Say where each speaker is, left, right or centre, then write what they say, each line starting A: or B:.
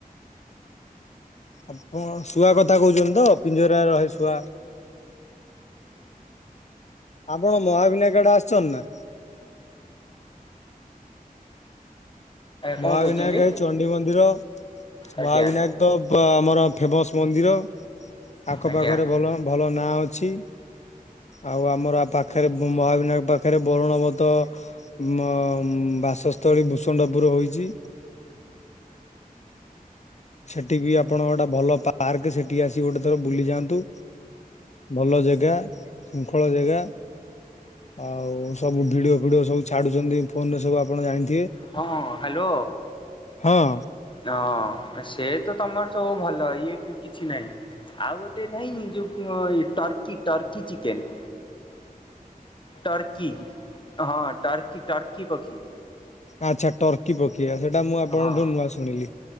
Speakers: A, on the left; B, on the left.
A: ଆପଣ ଶୁଆ କଥା କହୁଛନ୍ତି ତ ପିଞ୍ଜରାରେ ରହେ ଶୁଆ। ଆପଣ ମହାବିନାୟକ ଆଡେ ଆସିଛନ୍ତି ନା?
B: କଣ
A: ମହାବିନାୟକ
B: କହୁଛନ୍ତି
A: ଏ ଚଣ୍ଡି ମନ୍ଦିର
B: ଆଜ୍ଞା
A: ମହାବିନାୟକ ପ ତ ଆମର। ଫେମସ ମନ୍ଦିର ଆଖପାଖରେ
B: ଆଜ୍ଞା
A: ଭଲ ଭଲ ନାଁ ଅଛି। ଆଉ ଆମର ପାଖରେ ମହାବିନାୟକ ପାଖରେ। ବରୁଣବତ ଉଁ ଅମ ବାସସ୍ଥଳୀ ଭୂଷଣ୍ଡ। ବୁର ହୋଇଛି। ସେଠି ବି ଆପଣ ଗୋଟେ ଭଲ ପାର୍କ ସେଠି ଆସିିକି ଗୋଟେ ଥର ବୁଲି ଯାଆନ୍ତୁ। ଭଲ ଜାଗା ଶୃଙ୍ଖଳ ଜାଗା। ଆଉ ସବୁ ଭିଡିଓ ଫିଡିଓ ସବୁ ଛାଡୁଛନ୍ତି ଫୋନ ରେ ସବୁ ଆପଣ ଜାଣି
B: ହଁ ହାଲୋ
A: ହଁ
B: ହଁ ସେ ତ ତମର ସବୁ ଭଲ ଇଏ କି କିଛି ନାହିଁ। ଆଉ ଗୋଟେ ନାଇଁ ଯୋଉ ଅଁ ଏଇ ଟର୍କି ଟର୍କି ଚିକେନ। ଟର୍କି ହଁ ଟର୍କି ଟର୍କି ପକ୍ଷି।
A: ଆଚ୍ଛା ଟର୍କି ପ ମୁଁ ଆପଣଙ୍କଠୁ
B: ହଁ
A: ନୂଆ ଶୁଣିଲି।